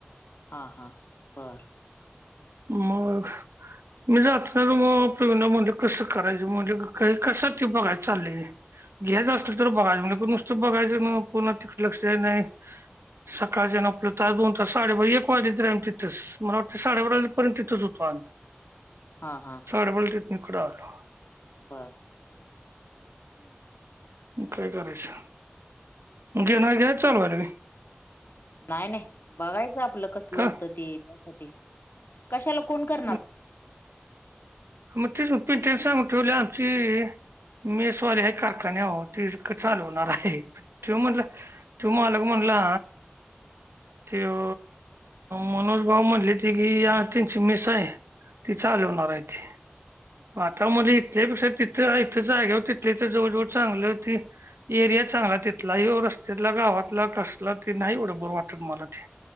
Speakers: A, on the left; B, on the right.
A: हा हा बर,
B: मग, मी जात ना मग प्रवीणा म्हणले कसं करायचं म्हणले काही कस ते बघाय चाललेय. घ्यायचं
A: हा
B: असल तर बघा म्हणले नुसतं बघायचं ना पुन्हा तिकडे लक्ष नाही. सकाळच्याण आपलं तास दोन तास साडेबार एक वाजले तर आम्ही तिथेच मला वाटतं साडेबारा. परंतु तिथच होतो आम्ही.
A: हा हा,
B: से पलतन कडल <unintelligible>
A: बरं हम हम,
B: मग काय करायच.
A: ''हं'' बर,
B: घे ना <unintelligible> गॅस चालवायलो मी.
A: नाही नाही बघायचं आपलं कसलं
B: का
A: होतं ते त्यासाठी कशाला कोण कर
B: छ
A: ''--''
B: मग ते प ते सांग ठेवले आमची <unintelligible>
A: हम्म
B: मी सॉरी हाय काकांनी यावं तीच का चालवणार हाय त्यो म्हणलं.
A: हम्म
B: तो मालक म्हणला. त्यो मनोज भाऊ म्हणले ती की या त्यानचे. ते मेस आहे ती चालवणार आहे ते
A: हम्म हम्म
B: आता मले. त्यापेक्षा तिथं इथं जाग्यावर तिथल्या इथ जवळ जवळ चांगलं होती. एरिया चांगला तिथला ह्यो रस्त्यातला गावातला कसला ते नाही एवढ बर वाटत मला ते. <inaudible>